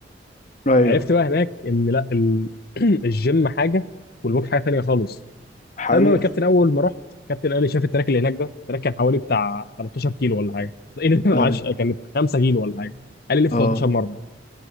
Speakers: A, on the left; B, on the left.
A: ايوه
B: عرفت بقى هناك ان لا ال- <clears throat> الجيم حاجه والبوكس حاجه تانيه خالص
A: حقيقة
B: فالمهم الكابتن اول ما رحت الكابتن قال لي شاف التراك اللي هناك ده التراك كان حوالي بتاع 13 كيلو ولا حاجه ايه ده
A: ايوه
B: <laughs> معلش كانت 5 كيلو ولا حاجه قال لي لف
A: اه
B: 13 مره